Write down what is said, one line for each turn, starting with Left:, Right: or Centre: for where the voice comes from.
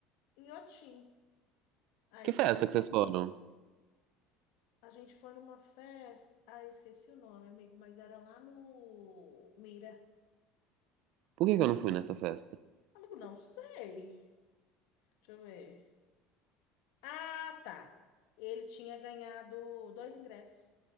Left: Inhotim. Aí
Right: Que
Left: foi-
Right: festa que vocês foram?
Left: a gente foi numa festa. Ah, eu esqueci o nome, amigo, mas era lá no Mira.
Right: Por que que eu não fui nessa festa?
Left: Amigo, não sei. Deixa eu ver. Ah, tá. Ele tinha ganhado dois ingressos.